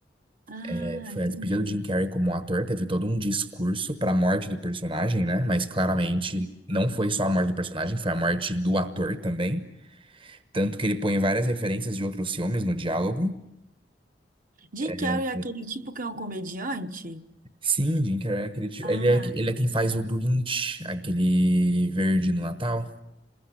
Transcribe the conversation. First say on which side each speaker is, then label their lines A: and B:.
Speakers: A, on the right; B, on the right.
A: Ah,
B: É, Foi
A: entendi.
B: a despedida do Jim Carrey como ator, teve todo um discurso para a morte do personagem, né? Mas claramente não foi só a morte do personagem, foi a morte do ator também. Tanto que ele põe várias referências de outros filmes no diálogo.
A: Jim
B: É,
A: Carrey é aquele tipo que é um comediante?
B: Sim, Jim Carrey é aquele tio-
A: Ah,
B: ele é, ele
A: então,
B: é quem faz o Grinch, aquele verde no Natal.